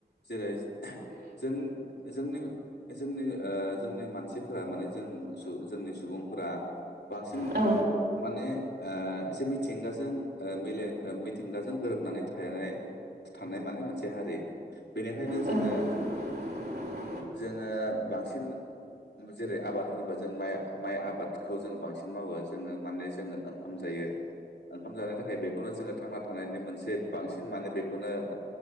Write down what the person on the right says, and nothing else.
औ
औ
<inaudible>